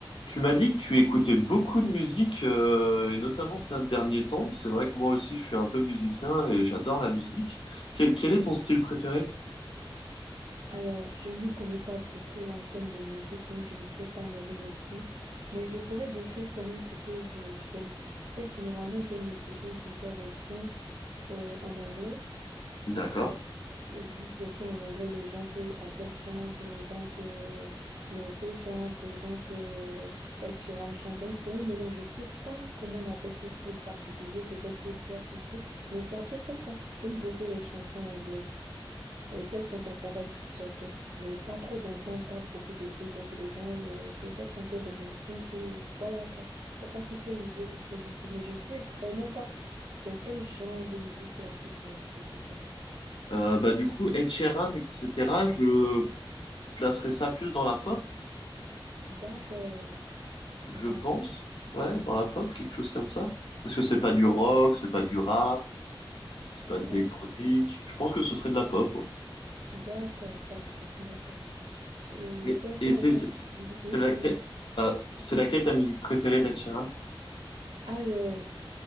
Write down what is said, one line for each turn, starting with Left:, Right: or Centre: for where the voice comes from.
Left: Tu m'as dit que tu écoutais beaucoup de musique, euh, et notamment ces derniers temps. C'est vrai que moi aussi, je suis un peu musicien et j'adore la musique. Quel, quel est ton style préféré?
Right: Alors, je ne m'y connais pas beaucoup en termes de musique, donc je ne sais pas nommer les styles, mais je pourrais décrire quand même ce que je j'aime. En fait, généralement, j'aime écouter déjà les sons euh, en anglais.
Left: D'accord.
Right: Donc, euh, oui, les sons en anglais, le genre que Adele chante, le genre que Beyoncé chante, le genre que Ed Sheeran chante. Donc, c'est un mélange. Je ne sais pas comment on appelle ce style particulier. Peut-être que tu as, tu sais, mais c'est à peu près ça. J'aime beaucoup les chansons anglaises euh, celle contemporaine surtout, mais pas trop dansante, pas beaucoup de bruit, donc le genre euh, peut-être un peu romantique ou voilà quoi. Je sais pas si tu as une idée de ce que je dis, mais je sais vraiment pas dans quel genre de musique classer cela, je sais pas.
Left: Euh, bah, du coup, Ed Sheeran, etc., je placerais ça plus dans la pop,
Right: D'accord,
Left: je
Right: d'accord,
Left: pense. Ouais, dans la pop, quelque chose comme ça. Parce que c'est
Right: d'accord,
Left: pas du rock, c'est pas du rap, c'est pas
Right: d'accord,
Left: de l'électronique. Je pense que ce serait de la pop, ouais.
Right: d'accord, d'accord. d'accord. Et
Left: Et,
Right: toi, quel
Left: et c'est
Right: est ton
Left: c'est-
Right: style de musique?
Left: c'est
Right: Oui,
Left: laquelle,
Right: dis-moi.
Left: euh, c'est laquelle ta musique préférée d'Ed Sheeran?
Right: Alors,